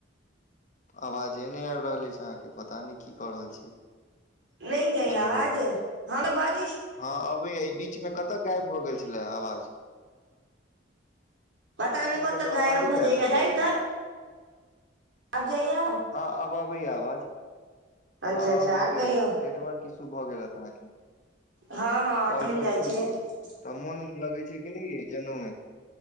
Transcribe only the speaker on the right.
नहि जाइ
आवाज हँ तऽ बाज।
पता
नहि
कतऽ
गायब भऽ
जाइया
जाइ
तऽ आब जाइया
अच्छा
अच्छा
आर कहियौ
हँ हँ हो
चल
जाइ
छै।
<unintelligible>